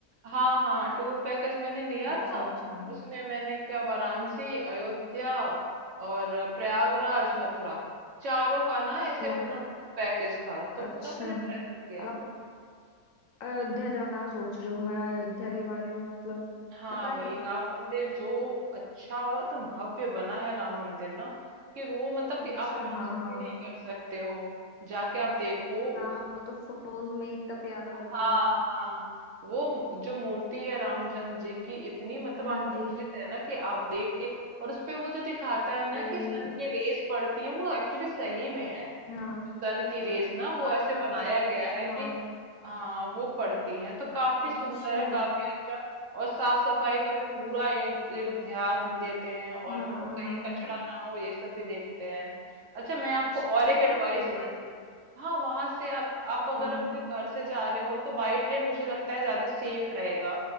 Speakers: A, on the right; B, on the left.
A: हाँ हाँ टूर पैकेज मैंने लिया
B: अच्छा
A: था
B: अच्छा हम्म।
A: उसमें मैंने क्या वाराणसी अयोध्या और प्रयागराज मथुरा चारों का ना ऐसे
B: मैं
A: पूरा
B: तो
A: टूर पैकेज था तो पूरा
B: अच्छा
A: मैंने ट्रेवल किया
B: अब अयोध्या जाना सोच रही हूँ मैं अयोध्या के बारे में मतलब
A: हाँ
B: पता
A: भाई
B: नहीं मेरे
A: राम
B: को
A: मंदिर जो अच्छा और एकदम भव्य बना है राम मंदिर ना कि वो मतलब
B: अच्छा
A: कि आप इमेजिन
B: हाँ हाँ
A: भी नहीं कर सकते हो जाके आप देखो
B: हाँ
A: उस
B: वो तो फोटोज में ही इतना प्यारा
A: हाँ
B: लगता है
A: हाँ वो जो मूर्ति है रामचंद्र जी की इतनी मतलब आकर्षित
B: हाँ जी
A: है ना कि आप देख के और उसपे वो जो दिखाता है ना
B: वही
A: कि सन की रेस पड़ती है वो एक्चुअली सही में है
B: हाँ
A: वो सन की रेस ना वो
B: हाँ
A: ऐसे
B: हाँ
A: बनाया
B: वो तो
A: गया है
B: हाँ
A: कि हाँ वो पड़ती है तो काफी
B: अच्छा
A: सुंदर है काफी अच्छा और साफ सफाई का भी पूरा ये, ये लोग ध्यान देते हैं और
B: हाँ
A: मतलब
B: हाँ
A: कहीं कचरा
B: हाँ
A: ना हो ये सब भी देखते हैं अच्छा मैं आपको
B: अच्छा
A: और
B: तो कैसे
A: एक एडवाइस
B: जाएंगे वासी
A: हाँ वहां से आप आप अगर
B: हाँ
A: अपने घर से जा रहे हो तो बाई ट्रेन मुझे लगता है ज्यादा सेफ रहेगा